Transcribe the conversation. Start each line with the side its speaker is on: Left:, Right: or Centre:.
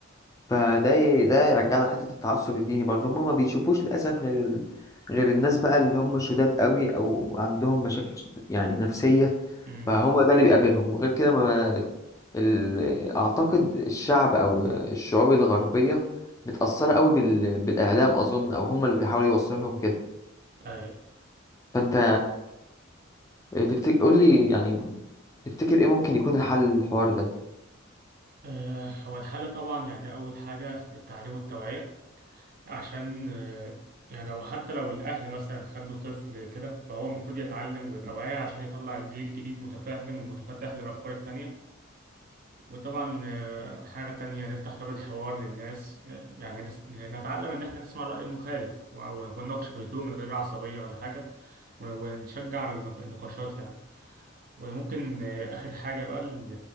Left: فده ي- ده يرجعنا لحتة التعصب الديني برضه هما ما بيشوفوش للأسف غير ال... غير الناس بقى اللي هم شداد قوي أو عندهم مشاكل ش- يعني نفسية
Right: أمم.
Left: فهو ده اللي بيقابلهم وغير كده ما ال... أعتقد الشعب أو الشعوب الغربية متأثرة قوي بال... بالإعلام أظن أو هم اللي بيحاولوا يوصلوا لهم كده
Right: أي
Left: فأنت تفتكر قول لي يعني تفتكر إيه ممكن يكون الحل للحوار ده
Right: آه، هو الحل طبعا يعني أول حاجة التعليم والتوعية عشان آه، يعني هو حتى لو الأهل مثلا خلوا طفل كده فهو المفروض يتعلم ويبقى واعي عشان يطلع جيل جديد متفهم ومتفتح للأفكار التانية وطبعا آه، حاجة تانية نفتح باب الحوار للناس آه، يعني نس- نتعلم إن إحنا نسمع الرأي المخالف و- ونناقش بهدوء من غير عصبية ولا حاجة ون- ونشجع على النق- النقاشات يعني وممكن آه، آخر حاجة بقى ال-